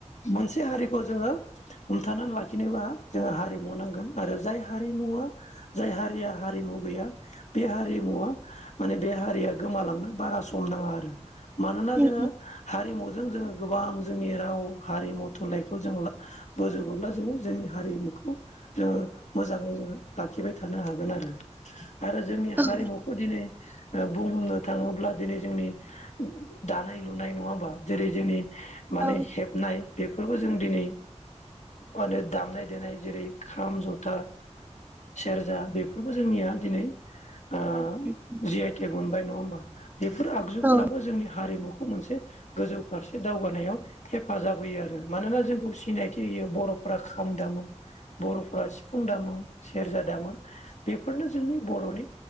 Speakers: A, on the left (about 75°); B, on the right (about 15°).
A: मोनसे हारिखौ जोङो हमथानानै लाखिनोबा जोंङो हारिमु नांगोन आरो जाय हारिमुवा जाय हारिया हारिमु गैया बे हारिमुवा माने बे हारिया गोमालांनो बारा सम नाङा आरो। मानोना
B: उम
A: जोङो हारिमुजों जोङो गोबां जोंनि राव हारिमु थुनलाइखौ जों बोजोबोब्ला जोङो जोंनि हारिमुखौ जोङो मोजाङै जोङो लाखिबाय थानो हागोन आरो आरो जोंनि
B: उम
A: हारिमु खौ दिनै ओ बुंनो थाङोब्ला दिनै जोंनि दानाय लुनाय नङा होमबा? जेरै जोंनि माने
B: औ
A: हेब नाय बेफोरखौ जों दिनै मानो दामनाय देनाय जेरै खाम, जथा सेरजा बेफोरबो जोंनिया दिनै आ
B: <inaudible>
A: जि आइ टि मोनबाय नङा होमबा? बेफोर आगजुफोराबो
B: औ
A: जोंनि हारिमुखौ मोनसे गोजौ फारसे दावगानायाव हेफ फाजाब होयो आरो मानोना जोंखौ सिनायथि होयो बर'फ्रा खाम दामो। बर'फोरा सिफुं दामो, सेरजा दामो बेफोरनो जोंनि बर'नि